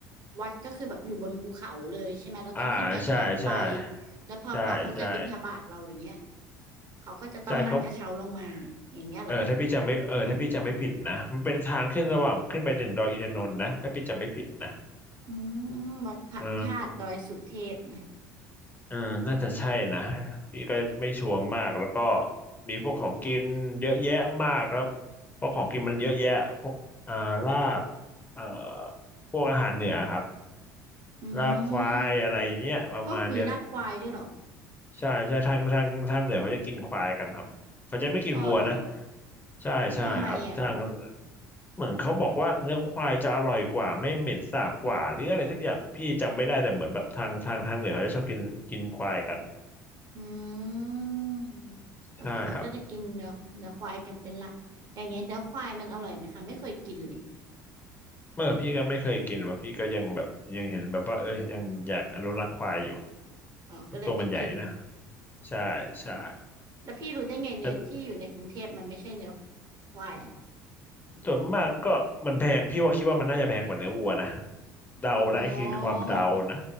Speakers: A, on the right; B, on the left.
A: วัดก็คือแบบอยู่บนภูเขาเลยใช่ไหมเราต้องขึ้นกระเช้าไป
B: อ่าใช่ใช่
A: แล้วพอพระเขาจะบิณฑบาตเราอย่างเงี้ย
B: ใช่ใช่
A: เขาก็จะต้องนั่งกระเช้าลงมาอย่างเงี้ยเหรอ
B: ใช่เขาเออถ้าพี่จำไม่เออถ้าพี่จำไม่ผิดนะมันเป็นทางขึ้นระหว่างขึ้นไปถึงดอยอินทนนท์นะถ้าพี่จำไม่ผิดนะ
A: อืมวัดพระธาตุดอยสุเทพนะ
B: เออ อืมน่าจะใช่นะพี่ก็ไม่ชัวร์มากแล้วก็มีพวกของกินเยอะแยะมากครับเพราะของกินมันเยอะแยะพวกอ่าลาบเอ่อพวกอาหารเหนือครับ
A: อื
B: ลาบควายอะไรอย่างเงี้ยประมาณเนี้ยหรอก
A: มโอ้มีลาบควายด้วยเหรอ
B: ใช่ใช่ทางทางทางเหนือเขาจะกินควายกันครับเขาจะไม่กินวัวนะ
A: อ๋อเหรอ
B: ใช่ใช่ครับทาง
A: ทำไมอ่ะ
B: เหมือนเขาบอกว่าเนื้อควายจะอร่อยกว่าไม่เหม็นสาบกว่าหรืออะไรสักอย่างพี่จำไม่ได้แต่เหมือนแบบทางทางทางเหนือเขาจะชอบกินกินควายกัน
A: อืมก็คือเขาก็จะกินเนื้อเนื้อควายกันเป็นหลักอย่างเงี้ยเนื้อควายมันอร่อยไหมคะไม่เคยกินเลย
B: ใช่ครับ เมื่อพี่ก็ไม่เคยกินว่าพี่ก็ยังแบบยังเห็นแบบว่าเออยังอยากอนุรักษ์ควายอยู่
A: อ๋อก็เลยไม่กิน
B: ตัวมันใหญ่นะใช่ใช่
A: แล้วพี่รู้ได้ไงเนื้อที่อยู่ในกรุงเทพมันไม่ใช่เนื้อ
B: แต่
A: ควาย
B: ส่วนมากก็มันแพงพี่ว่าคิดว่ามันน่าจะแพงกว่าเนื้อวัวนะเดานะไอ้คือความเดานะ
A: อ๋อเหรอ